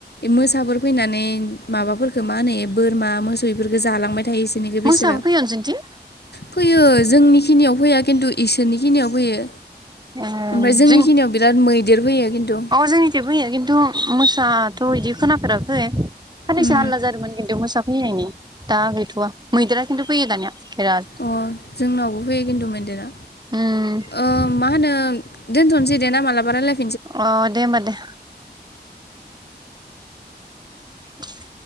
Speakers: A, on the left (about 70°); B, on the right (about 25°).
A: मोसाफोर फैनानै माबाफोरखो मा होनोयो? बोरमा मोसौ इफोरखो जालांबाय। थाय इसोरनिखो बिसोरा
B: मोसाबो फैयो नोंसोरनिथिं
A: फैयो जोंनि खिनियाव फैया खिन्थु इसोरनि खिनियाव फैयो।
B: ओ
A: ओमफ्राय जोंनि
B: जों
A: खिनियाव बिराद मैदेर फैयो खिन्थु
B: जोंनिथिं फैयो खिनथु मो साहाथ' इदि खोनाफेराखै। खाननैसो
A: उम
B: हालला जादोंमोन खिन्थु मोसाफैनायनि दा गैथ'वा मैदेरा खिन्थु फैयो दानिया। बिराद
A: अ जोंनावबो फैयो खिन्दु मैदेरा।
B: उम
A: ओ मा होनो? दोनथ'नोसै दे मालाबा रायलाय
B: अ दे होमबा दे <inaudible>